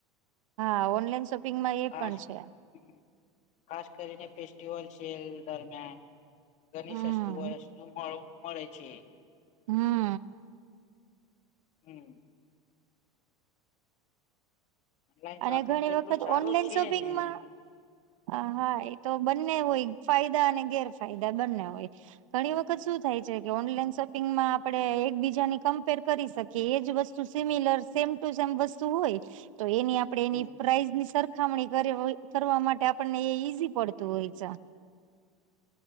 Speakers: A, on the right; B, on the left.
A: હા ઓનલાઈન શોપિંગમાં એ
B: ખાસ
A: પણ છે.
B: હમ ખાસ કરીને ફેસ્ટિવલ છે એ દરમિયાન. ઘની
A: હમ
B: સસ્તુ વસ્તુ મળું મળે છે.
A: હમ
B: હમ ઓનલાઈન શોપિંગ
A: અને ઘણી
B: જેટલું
A: વખત
B: સારું
A: ઓનલાઈન
B: છે
A: શોપિંગમાં
B: ને
A: આ હા એ તો બંને હોય ફાયદા અને ગેરફાયદા બંને હોય ઘણી
B: હમ
A: વખત શું થાય છે કે ઓનલાઇન શોપિંગમાં આપણે એકબીજાની કમ્પેર કરી શકીએ એ જ વસ્તુ સિમિલર સેમ ટુ સેમ વસ્તુ હોય તો એની આપ આપણે
B: હમ
A: એની પ્રાઇઝની સરખામણી કરવી કરવા માટે આપણને એ ઈઝી પડતું હોય છે.